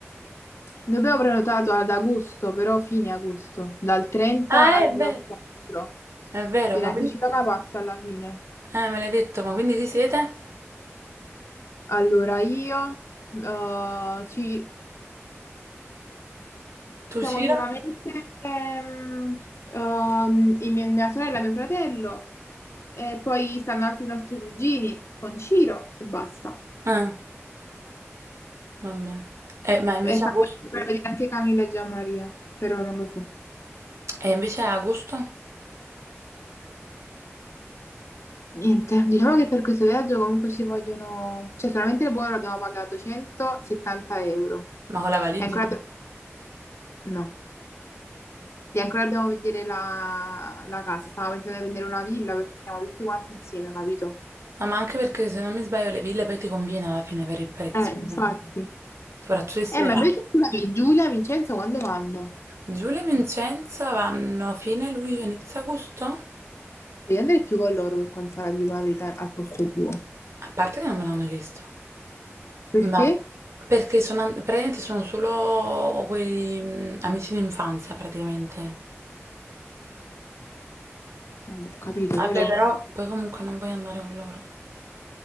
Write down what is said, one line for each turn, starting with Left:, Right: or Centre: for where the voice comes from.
Left: Noi abbiamo prenotato ad agosto, però fine agosto, dal 30
Right: Ah,
Left: al
Right: è vero.
Left: 4.
Right: È vero,
Left: Viene
Right: ma
Left: anche
Right: quindi...
Left: Ciroca passa alla fine.
Right: Eh, me l'hai detto, ma quindi chi siete?
Left: Allora, io eh, ci
Right: Tu,
Left: siamo
Right: Cira?
Left: solamente ehm, ehm, in mia, mia sorella e mio fratello, e poi stanno altri nostri cugini con Ciro e basta.
Right: Eh, vabbè. Eh, ma invece
Left: E stanno
Right: agosto?
Left: per di anche Camilla e Gianmaria, però non lo so.
Right: E invece agosto?
Left: Niente, diciamo che per questo viaggio comunque ci vogliono, cioè solamente il volo abbiamo pagato 170 euro.
Right: Ma con la valigia?
Left: E ancora, Ah, abbi- no, e ancora dobbiamo vedere la, la casa. Stavo pensando di vendere una villa perché stiamo tutti quanti insieme, capito?
Right: No, ma anche perché se non mi sbaglio le ville poi ti conviene alla fine per il prezzo.
Left: Eh, mm. infatti.
Right: eh. Soprattutto se siete
Left: Eh, ma Certo.
Right: tanti.
Left: invece scusami, Giulia, Vincenzo, quando vanno?
Right: Giulia e Vincenzo vanno fine luglio, inizio agosto?
Left: Devi andare più con loro che con Sara, ti dico la verità, al posto tuo.
Right: A parte che non me l'hanno chiesto,
Left: Perché?
Right: ma perché sono, an- praticamente sono solo quelli mm, amici d'infanzia praticamente.
Left: Non ho capito,
Right: Vabbè,
Left: però.
Right: però poi comunque non voglio andare con loro.